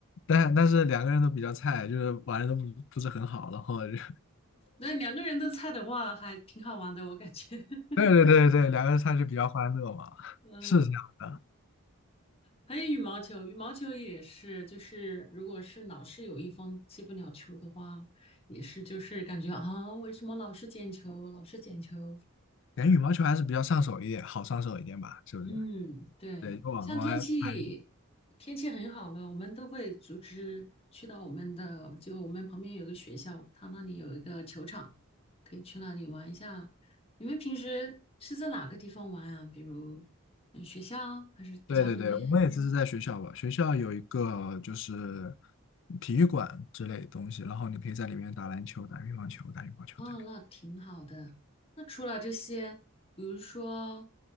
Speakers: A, on the left (about 55°); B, on the left (about 25°).
A: 但但是两个人都比较菜，就是玩的都不不是很好，然后就
B: 那两个人的菜的话，还挺好玩的，我感觉。<laughs>
A: 对对对对，两个人上就比较欢乐嘛，<laughs>
B: 嗯，
A: 是这样的。
B: 还有羽毛球，羽毛球也是，就是如果是老是有一方接不了球的话，也是就是感觉啊，为什么老是捡球，老是捡球？
A: 感觉羽毛球还是比较上手一点，好上手一点吧，是不是？
B: 嗯，对，
A: 对，就往往外拍。
B: 像天气天气很好了，我们都会组织去到我们的，就我们旁边有个学校，它那里有一个球场，可以去那里玩一下。你们平时是在哪个地方玩啊？比如嗯学校还是家里面？
A: 对对对，我们也只是在学校吧，学校有一个就是体育馆之类的东西，然后你可以在里面打篮球、打乒乓球、打羽毛球之类的
B: 哦，那挺好的。那除了这些，比如说，